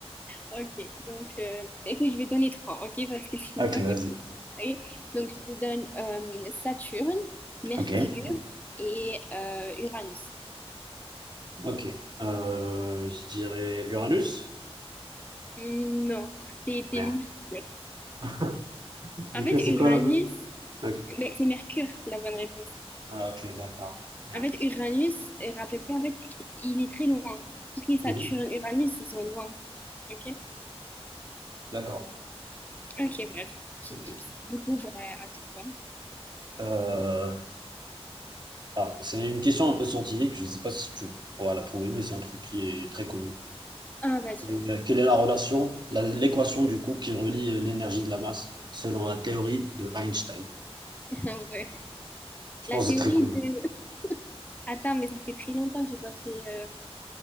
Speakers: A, on the left; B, on the right.
A: Ok, donc euh, bah, écoute, je vais donner trois, ok, parce que sinon
B: Ok,
A: ça fait
B: vas-y.
A: trop. Ok, donc je te donne euh, Saturne, Mercure
B: Ok.
A: et euh, Uranus.
B: Ok. Euh, je dirais Uranus.
A: Hmm, Non, c'était
B: Merde.
A: Mercure.
B: <laughs>
A: En
B: Du
A: fait,
B: coup, c'est
A: Uranus,
B: quoi là? Ok.
A: ben, c'est Mercure la bonne réponse.
B: Ah, ok, d'accord. Merde.
A: En fait, Uranus, euh, rappelle-toi, en fait, il est très loin. Tout ce qui est Saturne,
B: Mhm.
A: Uranus, ils sont loin. Ok,
B: D'accord.
A: ok, bref, petit
B: Ok.
A: tips. Du coup, ben, à toi.
B: Euh, alors, c'est une question un peu scientifique, je ne sais pas si tu pourras la trouver, mais c'est un truc qui est très connu.
A: Ah, vas-y,
B: Et,
A: vas-y.
B: euh, quelle est la relation, la- l'équation du coup qui relie euh, l'énergie de la masse selon la théorie de Einstein?
A: <laughs> Ouais.
B: Je
A: La
B: pense
A: théorie
B: que c'est très connu.
A: de... Attends, mais ça fait très longtemps que j'ai pas fait... euh,